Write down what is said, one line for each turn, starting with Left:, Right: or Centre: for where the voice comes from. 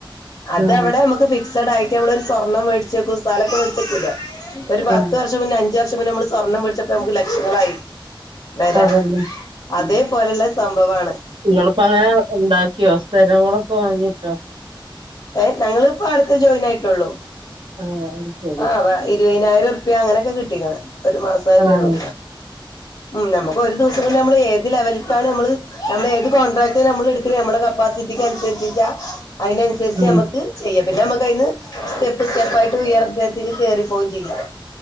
Left: അത്വിടെ
Right: ആഹ്
Left: നമുക്ക് ഫിക്സ് ട്ട് ഒരു സ്വർണം മേടിച്ചക്കും സ്ഥലൊെ മേടിച്ചക്ക ഒരു പത്ത്
Right: ഉം
Left: വർഷം അഞ് അഞ്ചു വർഷംമുന്നേ നമ്മൾ സ്വർണം പിടിച്ചപ്പോ നമുക്ക് ലക്ഷങ്ങളായി വരാ
Right: അതന്നെ
Left: അതേപോലുള്ള
Right: ഉം
Left: സംഭവമാണ്
Right: നിങ്ങളിപ്പോ അങ്ങനെ ഉണ്ടാക്കിയോ സ്ഥലങ്ങളൊക്കെ വാങ്ങിട്ടോ
Left: ഏ ഞങ്ങിപ്പോ അടുത്ത് ജോയിൻ ആയിട്ടുള്ളൂ
Right: ആഹ് അത് ശരി
Left: ആ വ ഇരുപതിനായിരം ുപ്യ അങ്ങനെയൊക്കെ കിട്ടിക്കണ ഒരു മാസയിട്ടേള്ളൂ
Right: ആഹ്
Left: ഉ നമുക്ക് ഒരു ദിവസം നമ്മൾ ഏത് ലെവലിലാണ് നമ്മള് നമ്മ ഏത് കൊ നമ്മൾ എടുക്ക നമ്മടെ കപ്പാസിറ്റിക്ക്നുസരിച്ചാ അതിനനുസരിച്ച്
Right: ഉം
Left: നമുക്ക് ചെയ്യണം പിന്നെ നമുക്കതിന്ന് സ്റ്റെപ്പ് സ്റ്റെപ്പായിട്ട് ഉയർന്നേക്ക് കയറി പോകയും ചെയ്യാം